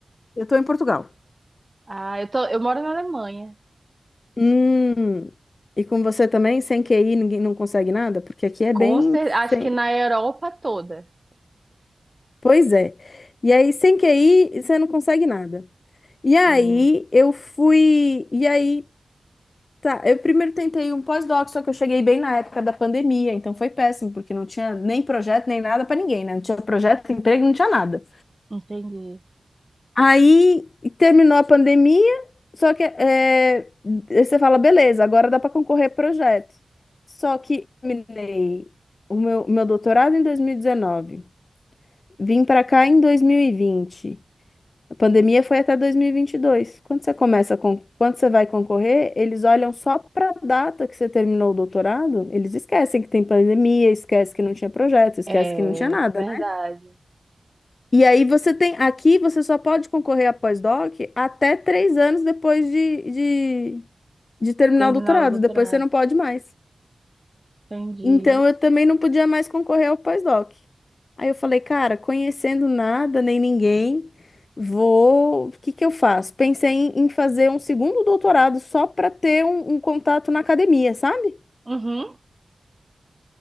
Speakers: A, on the left; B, on the right.
A: Eu estou em Portugal.
B: Ah, eu tô, eu moro na Alemanha.
A: Hum, e com você também, sem QI, ninguém não consegue nada? Porque aqui é
B: Com
A: bem
B: cer- acho
A: sem...
B: que na Europa toda.
A: Pois é. E aí, sem QI, você não consegue nada. E aí,
B: Sim,
A: eu fui. E aí. Tá, eu primeiro tentei um pós-doc, só que eu cheguei bem na época da pandemia, então foi péssimo, porque não tinha nem projeto, nem nada para ninguém, né? Não tinha projeto, emprego, não tinha nada.
B: entendi.
A: Aí terminou a pandemia, só que é, aí você fala, beleza, agora dá para concorrer a projeto. Só que terminei o meu, meu doutorado em 2019, vim para cá em 2020. A pandemia foi até 2022. Quando você começa com, quando você vai concorrer, eles olham só para a data que você terminou o doutorado, eles esquecem que tem pandemia, esquecem que não tinha projeto, esquecem
B: É
A: que não tinha nada,
B: verdade.
A: né? E aí você tem, aqui você só pode concorrer a pós-doc até três anos depois de, de, de terminar
B: Terminar
A: o doutorado,
B: o doutorado.
A: depois você não pode mais.
B: Entendi.
A: Então eu também não podia mais concorrer ao pós-doc. Aí eu falei, cara, conhecendo nada nem ninguém, vou. O que que eu faço? Pensei em em fazer um segundo doutorado só para ter um, um contato na academia, sabe?
B: Uhum.